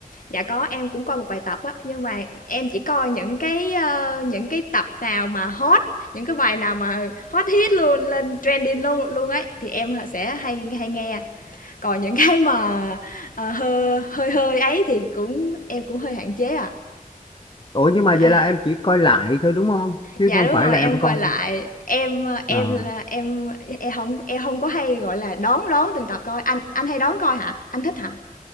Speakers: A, on the left; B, on the left.
A: Dạ có, em cũng coi một vài tập á, nhưng mà em chỉ coi những cái, ơ, những cái tập nào mà hot, những cái bài nào mà hot hit luôn, lên trending luôn luôn ấy thì em sẽ hay hay nghe. Còn những cái mà, ờ, hơi hơi hơi ấy thì cũng em cũng hơi hạn chế ạ.
B: ủa nhưng mà
A: À,
B: vậy
A: À,
B: là em chỉ coi lại thôi đúng không chứ
A: Dạ
B: không
A: đúng
B: phải
A: rồi,
B: là
A: em
B: em
A: coi
B: coi
A: lại. Em, ờ, em
B: à,
A: là em em không em không có hay, gọi là, đón đón từng tập coi. Anh anh hay đón coi hả? Anh thích hả?